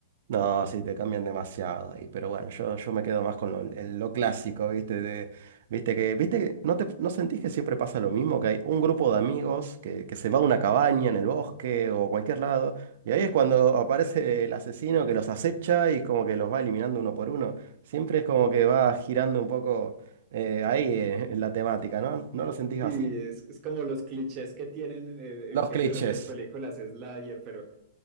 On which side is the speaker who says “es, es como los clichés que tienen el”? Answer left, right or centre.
Right